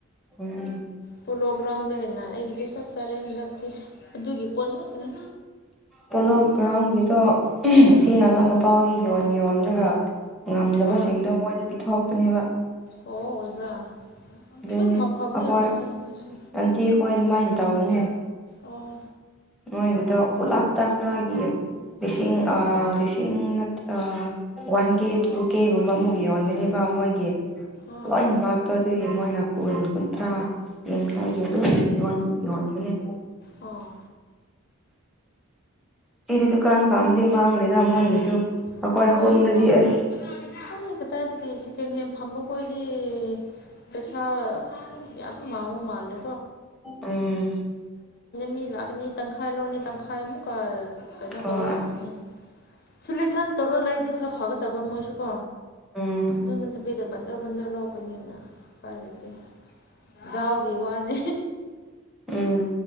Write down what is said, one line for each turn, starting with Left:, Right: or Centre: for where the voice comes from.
Centre: ꯎꯝ
Left: ꯄꯣꯂꯣ ꯒ꯭ꯔꯥꯎꯟꯗꯒꯤꯅ ꯑꯩꯒꯤꯗꯤ ꯆꯞ ꯆꯥꯔꯦ ꯅꯛꯇꯤ ꯑꯗꯨꯒꯤ ꯄꯣꯠꯉꯛꯇꯅꯤ
Centre: ꯄꯣꯂꯣ ꯒ꯭ꯔꯥꯎꯟꯒꯤꯗꯣ
Left: ꯑꯥ
Centre: ꯁꯤ ꯅꯒꯥ ꯃꯄꯥꯜꯒꯤ ꯌꯣꯟ ꯌꯣꯟ ꯉꯝꯗꯕꯁꯤꯡꯗꯣ
Left: ꯑꯥ
Centre: ꯃꯣꯏꯗ ꯄꯤꯊꯣꯛꯄꯅꯦꯕ
Left: ꯑꯣ ꯑꯣꯏꯕ꯭ꯔꯥ
Centre: ꯑꯗꯨꯅꯦ
Left: ꯑꯗꯨꯝ ꯐ ꯐꯕ
Centre: ꯑꯩꯈꯣꯏ
Left: ꯌꯥꯝ ꯌꯥꯎꯋꯤꯗ ꯃꯣꯏꯁꯨ
Centre: ꯑꯟꯇꯤ ꯑꯩꯈꯣꯏ ꯑꯗꯨꯃꯥꯏꯅ ꯇꯧꯕꯅꯦ
Left: ꯑꯣ
Centre: ꯃꫭꯏꯒꯤꯗꫭ ꯄꯨꯂꯞꯇ ꯈꯔ ꯌ‌ꯦꯡ ꯂꯤꯁꯤꯡ ꯑ ꯂꯤꯁꯤꯡ ꯑꯥ ꯋꯥꯟ ꯀꯦ ꯇꯨ ꯀꯦꯒꯨꯝꯕ ꯑꯃꯨꯛ ꯌꯣꯟꯒꯅꯤꯕ ꯃꯣꯏꯒꯤ
Left: ꯑꯥ
Centre: ꯂꯣꯏꯅ
Left: ꯑꯥ
Centre: ꯃꯥꯛꯇꯧ ꯑꯗꯨꯒꯤ ꯃꯣꯏꯅ ꯀꯨꯟ ꯀꯨꯟꯊ꯭ꯔꯥ ꯌꯦꯡꯈꯥꯏꯒꯤ ꯑꯗꯨꯝ ꯌꯣꯟ ꯌꫭꯟ <inaudible>
Left: ꯑꯣ
Centre: ꯁꯤꯗꯤ ꯗꯨꯀꯥꯟ ꯐꯝꯕꯗꯤ ꯃꯥꯡꯗꯦꯗ ꯃꯣꯏꯒꯤꯁꯨ
Left: ꯍꯣꯏ
Centre: ꯑꯩꯈꯣꯏ ꯈꯨꯟꯗꯗꯤ
Left: ꯀꯗꯥ
Centre: ꯑꯁ
Left: ꯆ ꯍ ꯐ <unintelligible> ꯍꯥꯏꯗꯤ ꯄꯩꯁꯥ ꯌꯥꯝ ꯃꯥꯡꯕ ꯃꯥꯜꯂꯦ
Centre: ꯎꯝ
Left: ꯃꯤ ꯂꯥꯛꯀꯅꯤ ꯇꯪꯈꯥꯏ ꯂꯧꯔꯅꯤ ꯇꯪꯈꯥꯏꯃꯨꯛꯀ ꯀꯩꯅꯣ
Centre: ꯍꯣꯏ
Left: ꯇꯧꯔꯒ ꯊꯝꯅꯤ ꯁꯣꯂꯁꯟ ꯇꯧꯔ ꯂꯩꯔꯗꯤ ꯈꯔ ꯐꯒꯗꯕ꯭ꯔꯥ ꯃꯣꯏꯁꯨꯀꯣ
Centre: ꯎꯝ
Left: ꯑꯗꯨ ꯅꯠꯇꯕꯤꯗ ꯕꯟꯗꯔ ꯕꯟꯗꯔ ꯂꯧꯕꯅꯤꯅ ꯎꯄꯥꯏ ꯂꯩꯇꯦ ꯗꯥꯎꯒꯤ ꯋꯥꯅꯤ
Centre: ꯎꯝ